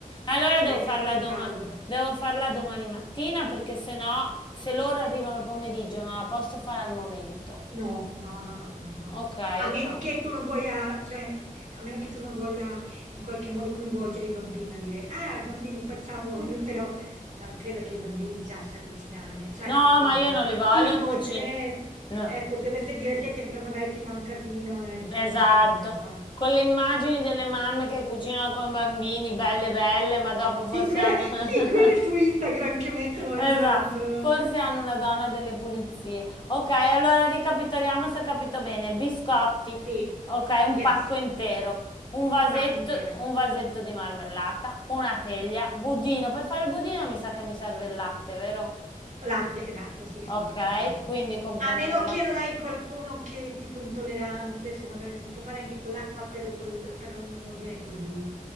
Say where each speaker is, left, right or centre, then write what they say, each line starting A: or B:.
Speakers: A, on the left; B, on the right.
A: Allora devo
B: deve essere
A: farla
B: proprio
A: doma-
B: caldo.
A: devo farla domani mattina, perché se no, se loro arrivano al pomeriggio, non la posso fare al momento.
B: No, no, no, no, no, no.
A: Ok,
B: A meno
A: ok.
B: che tu non voglia, cioè, a meno che tu non voglia in qualche modo coinvolgere i bambini a dire, ah, bambini, facciamo, un-" però non credo che ai bambini piaccia cucinare, cioè,
A: No,
B: nel senso,
A: ma io non li voglio
B: sì,
A: in
B: potre-
A: cucina. No,
B: eh, potrebbe essere divertente, però magari ti fanno casino, eh, insomma,
A: Esatto,
B: so sai come fa.
A: con le immagini delle mamme che cucinano con i bambini, belle belle, ma dopo forse
B: Sì, quelle,
A: hanno... <laughs>
B: sì, quelle su Instagram che mettono ogni
A: Esatto,
B: tanto, no?
A: forse hanno una donna delle pulizie. Ok, allora ricapitoliamo se ho capito bene. Biscotti,
B: Sì,
A: ok, un
B: yes,
A: pacco intero, un vasetto,
B: pacco intero.
A: un vasetto di marmellata, una teglia, budino. Per fare il budino mi sa che mi serve il latte, vero?
B: Latte, esatto, sì, sì,
A: Ok,
B: sì, sì.
A: quindi compro
B: A
A: anche
B: meno
A: il
B: che
A: latte.
B: non hai qualcuno che è tipo intollerante, se magari si può fare anche con l'acqua, però, col- però non non viene così.